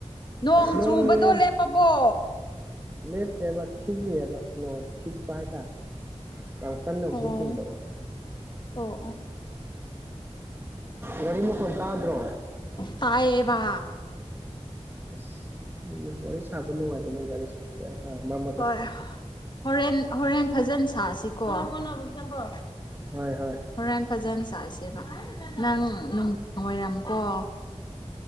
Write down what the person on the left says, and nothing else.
ꯅꯣꯡ
ꯆꯨꯕꯗꯣ ꯂꯦꯞꯄꯕꯣ
ꯑꯣ
ꯑꯣ ꯑꯣ
ꯇꯥꯌꯦꯕꯥ
ꯍꯣꯏ ꯍꯣꯔꯦꯟ ꯍꯣꯔꯦꯟ ꯐꯖꯟ ꯁꯥꯁꯤꯀꯣ <unintelligible>
ꯍꯣꯔꯦꯟ ꯐꯖꯟ ꯁꯥꯁꯦꯕ ꯅꯪ ꯅꯨꯡ <inaudible> ꯋꯥꯏꯔꯝꯀꯣ